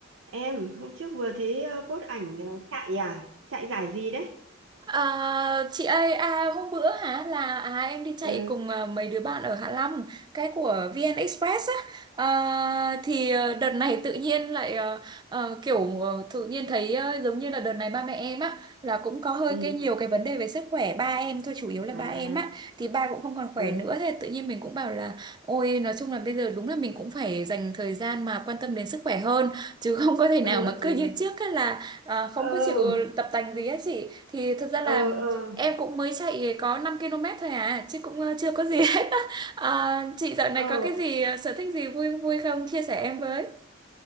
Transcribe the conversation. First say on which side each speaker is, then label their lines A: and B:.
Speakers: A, on the right; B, on the right.
A: Em, hôm trước vừa thấy ờ, post ảnh ờ, chạy à? Chạy giải gì đấy?
B: À, chị ơi à, hôm bữa hả là à, em đi chạy
A: Ừ,
B: cùng à, mấy đứa bạn ở Hạ Long cái của VN Express á à, thì ờ, đợt này tự nhiên lại ờ, ờ, kiểu ờ, tự nhiên thấy ờ, giống như là đợt này ba mẹ em á là cũng có hơi
A: ừ.
B: cái nhiều cái vấn đề về sức khỏe ba em thôi chủ yếu là
A: À,
B: ba em á thì ba cũng không còn khỏe
A: ừ,
B: nữa thế tự nhiên mình cũng bảo là ôi nói chung là bây giờ đúng là mình cũng phải dành thời gian mà quan tâm đến sức khỏe hơn chứ không có thể nào
A: ừ,
B: mà cứ
A: ừ,
B: như trước á là À, không
A: ừ,
B: có chịu tập tành gì hết chị thì thật ra là
A: ừ, ừ,
B: em cũng mới chạy có 5 km thôi à chứ cũng ờ, chưa có gì <laughs> hết á. à, chị dạo này
A: ừ,
B: có cái gì ờ, sở thích gì vui vui không chia sẻ em với